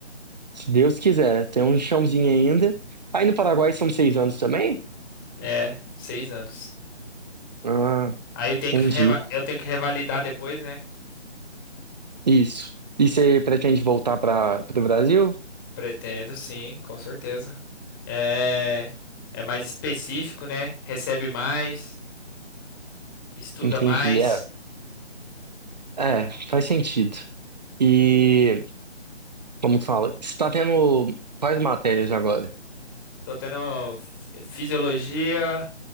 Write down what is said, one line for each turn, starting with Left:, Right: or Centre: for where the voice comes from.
Right: Se Deus quiser, né? tem um chãozinho ainda. Aí no Paraguai são seis anos também?
Left: É, seis anos.
Right: Ah,
Left: Aí eu tenho
Right: entendi.
Left: que reva- eu tenho que revalidar depois, né?
Right: Isso. E você pretende voltar para o Brasil?
Left: Pretendo, sim, com certeza. É, é mais específico, né? Recebe mais, estuda
Right: Entendi,
Left: mais.
Right: é. É, faz sentido. E, como que fala, você tá tendo quais matérias agora?
Left: Tô tendo fi- fisiologia,